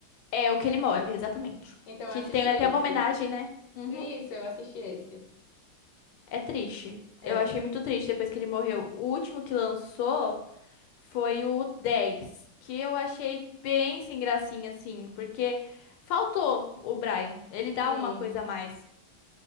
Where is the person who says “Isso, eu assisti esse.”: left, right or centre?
Left